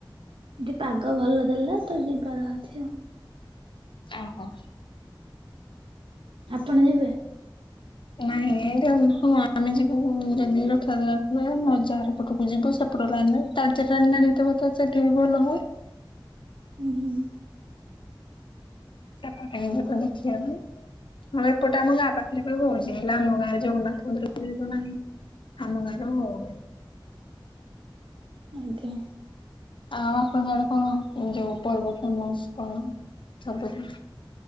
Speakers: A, on the right (about 80°); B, on the left (about 70°).
A: ଯି ପାଗ ଭଲ ଦେଲା ତ ଯିବାର ଅଛି ଆଉ।
B: ଓହୋ।
A: ଆପଣ ଯିବେ?
B: ନାଇଁ ଏମତି ହଁ ଆମେ ଯିବୁ ଯଦି ରଥ ଯାତ୍ରା ହୁଏ ଅଜା ଘର ପଟକୁ ଯିବୁ ସେ <unintelligible> ସେଠିବି ଭଲ ହୁଏ।
A: ହୁଁ ହୁଁ।
B: ସେପଟେ ଏବେ ଦେଖିବାର ନାହିଁ। ହଁ ଏପଟେ ଆମ ଗାଁ ପାଖରେ ବା ହଉଛି ହେ ଆମ ଗାଁରେ ଜଗନ୍ନାଥ ମନ୍ଦିର ତ ନାହିଁ। ଆମ ଗାଁରେ ଆଉ ହଉନି।
A: ଆଜ୍ଞା।
B: ଆଉ ଆପଣଙ୍କ ଆଡେ କଣ ଯୋଉ ପର୍ବ ଫେମସ କଣ? ସପତି